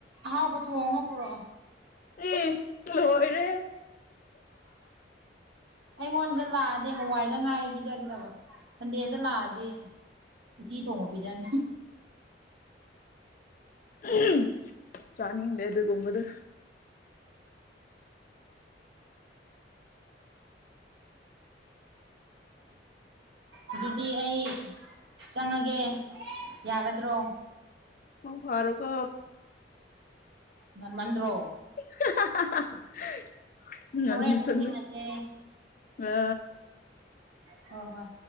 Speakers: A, on the right; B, on the left.
A: ꯑꯍꯥꯎꯕ ꯊꯣꯡꯉ ꯄꯨꯔꯣ
B: ꯏꯁꯁ ꯂꯣꯏꯔꯦ
A: ꯑꯩꯉꯣꯟꯗ ꯂꯥꯛꯑꯗꯤ ꯍꯋꯥꯏꯗ ꯉꯥꯏꯔꯤ ꯄꯤꯖꯒꯗꯕ ꯁꯟꯗꯦꯗ ꯂꯥꯛꯑꯗꯤ ꯎꯇꯤ ꯊꯣꯡꯕ ꯄꯤꯖꯅꯤ
B: ꯎ ꯆꯥꯅꯤꯡꯗꯦ ꯑꯗꯨꯒꯨꯝꯕꯗꯨ
A: ꯑꯗꯨꯗꯤ ꯑꯩ ꯆꯪꯉꯒꯦ ꯌꯥꯒꯗ꯭ꯔꯣ
B: ꯃꯪꯐꯔꯣꯀꯣ
A: ꯉꯟꯃꯜꯗ꯭ꯔꯣ
B: <unintelligible> ꯎꯟꯅ
A: ꯍꯣꯔꯦꯟ ꯑꯃꯨꯛ
B: ꯆꯂ
A: ꯊꯦꯡꯅꯁꯦ
B: ꯑ
A: ꯍꯣꯏ ꯍꯣꯏ